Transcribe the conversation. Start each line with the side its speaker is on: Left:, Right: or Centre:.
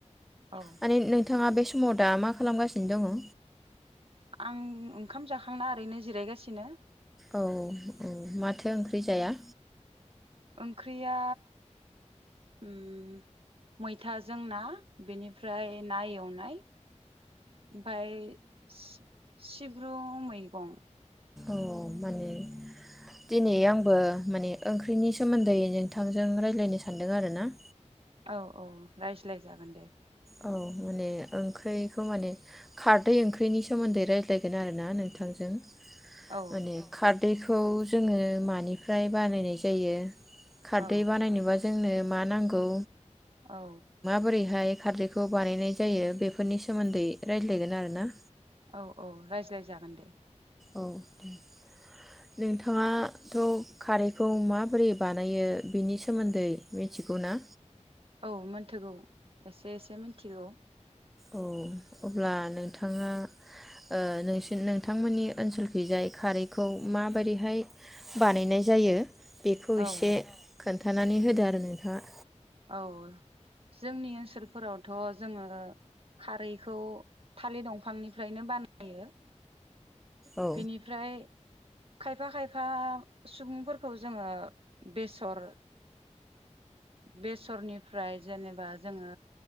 Right: औ
Centre: माने नोंथाङा बे सम समाव दा मा खालामगासिनो? दङ औ
Right: आं ओं ओंखाम जाखांना ओरैनो जिरायगासिनो।
Centre: औ औ माथो ओंख्रि जाया?
Right: ओंख्रिया उम मैथाजों ना बेनिफ्राय ना एवनाय ओमफ्राय सि-सिब्रु मैगं।
Centre: औ माने दिनै आंबो माने ओंख्रिनि सोमोन्दै नोंथांजों रायलायनो सान्दों आरो ना।
Right: औ औ। रायज्लायजागोन दे।
Centre: औ माने ओंख्रिखौ माने खारदै ओंख्रिनि सोमोन्दै रायज्लायगोन आरोना नोंथांजों।
Right: औ
Centre: माने खारदै। दैखौ जोङो मानिफ्राय बानायनाय जायो। खारदै
Right: औ
Centre: बानायनोबा जोंनो मा नांगौ।
Right: औ।
Centre: बोरैहाय खारदैखौ बानायनाय जायो बेफोरनि सोमोन्दै रायज्लायगोन आरोना।
Right: औ औ रायज्लायजागोन दे।
Centre: औ दे। नोंथाङाथ' खारैखौ माबोरै बानायो बेनि सोमोन्दै मिथिगौ ना?
Right: औ मोनथिगौ। एसे एसे मिनथिगौ।
Centre: अ अब्ला नोंथाङा ओ नोंसि नोंथांमोननि ओनसोलखैजाय खारैखौ माबायदिहाय बानायनाय जायो? बेखौ
Right: औ
Centre: एसे खोनथ थानानै होदो आरो नोंथाङा
Right: औ जोंनि ओनसोलफोरावथ' जोङो खारैखौ थालिर दंफांनिफ्रायनो बानायो
Centre: औ
Right: बिनिफ्राय खायफा खाय फा सुबुंफोरखौ जोङो बेसर बेसरनिफ्राय जेनेबा जोङो